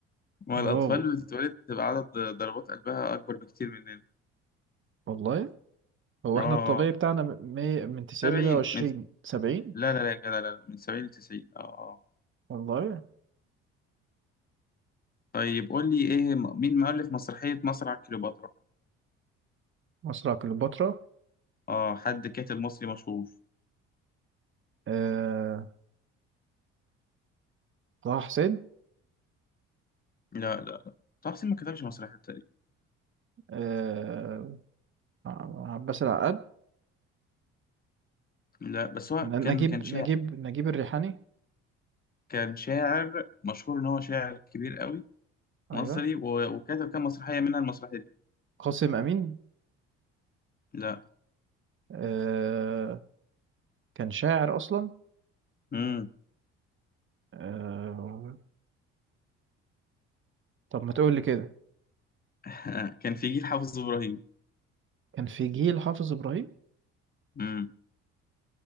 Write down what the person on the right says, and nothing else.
برافو
والله هو
احنا الطبيعي بتاعنا م- مية- من 90
ل 120
70
والله
مصر على كليوباترا
آه، طه حسين
آه، عباس العقاد
ن-
نجيب
نجيب نجيب الريحاني
ايوه
قاسم امين
آه، كان شاعر اصلا
آه، طب ما تقول لي كده
كان في جيل حافظ ابراهيم